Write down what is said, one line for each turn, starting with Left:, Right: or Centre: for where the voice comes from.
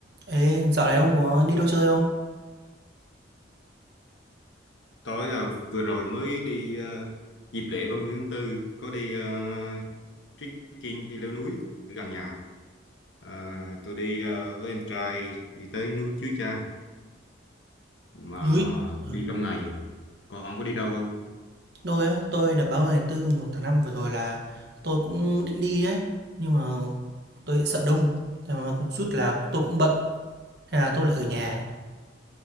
Right: Ê, dạo này ông có đi đâu chơi không?
Left: Tôi à, vừa rồi mới đi à, dịp lễ ba mươi tháng 4 có đi uh, trekking đi leo núi á, ở gần nhà. À, tôi đi à, với em trai đi tới núi Chúa Cha mà
Right: Núi. Ờ,
Left: đi trong ngày. à. Còn ông có đi đâu không?
Right: Tôi á, tôi đợt 30 tháng tư một tháng 5 vừa rồi là tôi cũng định đi ấy. Nhưng mà tôi lại sợ đông. Thế mà có chút là tôi cũng bận. Thế là tôi lại ở nhà.